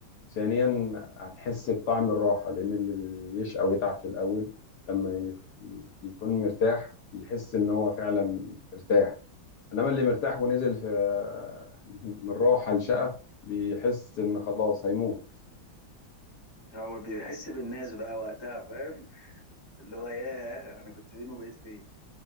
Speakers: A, on the left (about 65°); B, on the left (about 25°).
A: ثانيا هتحس بطعم الراحة لأن اللي بيشقى ويتعب في الأول لما ي... ي- يكون مرتاح بيحس إن هو فعلا ارتاح انما اللي مرتاح ونزل في <laughs> من راحه لشقه بيحس ان خلاص هيموت
B: هو بيحس بالناس بقى وقتها فاهم اللي هو ياه انا كنت فين وبقيت فين